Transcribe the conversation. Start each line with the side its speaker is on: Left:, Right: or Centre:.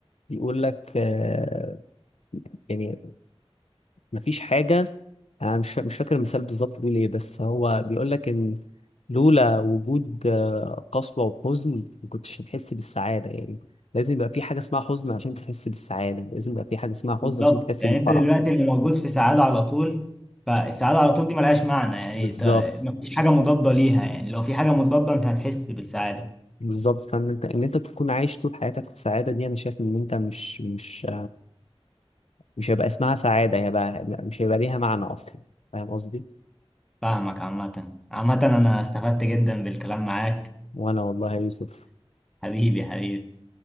Left: بيقول لك آه، يعني مفيش حاجة أنا مش مش فاكر المثال بالظبط بيقول إيه بس هو بيقول لك إن لولا وجود آه، قسوة وحزن ما كنتش هتحس بالسعادة يعني لازم يبقى في حاجة اسمها حزن عشان تحس بالسعادة لازم يبقى في حاجة اسمها
Centre: بالظبط
Left: حزن عشان تحس
Centre: يعني
Left: بالفرح
Centre: انت دلوقتي اللي موجود في سعادة على طول فالسعادة على طول دي ملهاش معنى يعني
Left: بالظبط
Centre: ت- مفيش حاجة مضادة ليها يعني لو في حاجة مضادة انت هتحس بالسعادة
Left: بالظبط فإن أنت إن أنت تكون عايش طول حياتك في سعادة دي أنا شايف إن أنت مش مش مش هيبقى اسمها سعادة هيبقى مش هيبقى ليها معنى أصلا فاهم قصدي؟
Centre: فاهمك عامة عامة أنا استفدت جدا بالكلام معاك
Left: وأنا والله يا يوسف
Centre: وحبيبي حبيبي